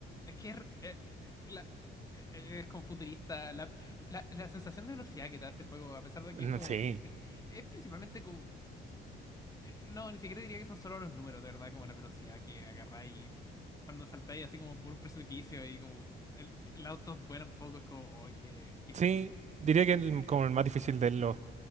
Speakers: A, on the left; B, on the right.
A: Es que es, eh, eh, la- eh, es como futurista. La, la, la sensación de velocidad que te da este juego, a pesar de
B: No,
A: que es como.
B: sí,
A: Es principalmente como. eh, No, ni siquiera diría que son solo los números, de verdad, como la velocidad que agarráis cuando saltáis así como por un precipicio y como el, el auto vuela un poco, es como, ¡ay, qué, qué genial!
B: sí, diría que el- como el más difícil de los,